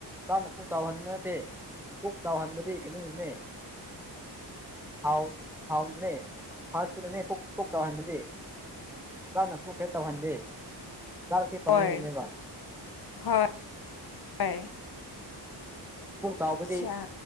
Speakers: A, in the centre; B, on the left (about 60°).
A: ꯆꯥꯅ ꯄꯨꯛ ꯆꯥꯎꯍꯟꯕ ꯅꯠꯇꯦ ꯀꯛ ꯆꯥꯎꯍꯟꯕꯗꯤ ꯀꯩꯅꯣꯅꯤꯅꯦ ꯍꯥꯎ ꯍꯥꯎꯅꯦ ꯐ ꯐꯅꯦ ꯆꯥꯎꯋꯥꯅ ꯂꯩ ꯆꯅ ꯍꯨ ꯀꯦ ꯇꯧꯍꯟꯗꯦ ꯆꯥꯛ ꯀꯦ ꯄꯥꯅꯪꯒꯤꯅꯦꯕ
B: ꯍꯣꯏ ꯍꯣꯏ ꯍꯣꯏ
A: ꯎ ꯄꯨꯡ ꯆꯥꯎꯕꯗꯤ
B: ꯑꯆꯥ